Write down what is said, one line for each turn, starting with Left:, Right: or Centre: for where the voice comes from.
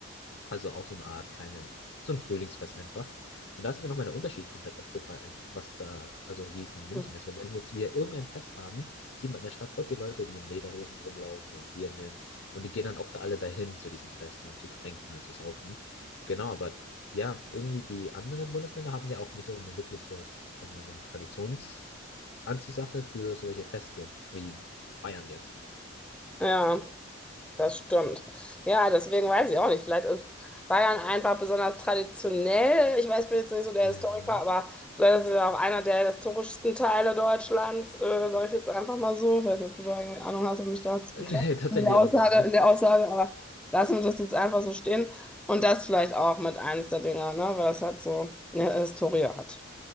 Left: Also auch so eine Art kleine, so ein Frühlingsfest einfach. Und da ist mir nochmal der Unterschied komplett aufgefallen, was da, also wie es in München
Centre: Hm.
Left: ist. Weil wenn jetzt wir irgendein Fest haben, sieht man in der Stadt voll viele Leute, die in Lederhosen rumlaufen, in Dirndeln. Und die gehen dann auch da alle dahin zu diesen Festen und zu trinken, halt zu saufen. Genau, aber ja, irgendwie die anderen Bundesländer haben ja auch nicht so eine wirkliches, sag ich mal, so eine Traditionsanziehsache für solche Feste, wie Bayern jetzt.
Centre: Ja. Das stimmt. Ja, deswegen weiß ich auch nicht. Vielleicht ist Bayern einfach besonders traditionell. Ich weiß, ich bin jetzt nicht so der
Left: Ja,
Centre: Historiker, aber vielleicht ist es ja auch einer der historischsten Teile Deutschlands, äh, sage ich jetzt einfach mal so. Ich weiß nicht, ob du da irgendwie Ahnung hast, um mich da zu
Left: <laughs>
Centre: bekräftigen
Left: nee, tatsächlich
Centre: in der Aussage,
Left: auch gar nicht.
Centre: in der Aussage, aber lassen wir das jetzt einfach so stehen. Und das vielleicht auch mit eines der Dinger, ne? Weil das halt so eine Historie hat.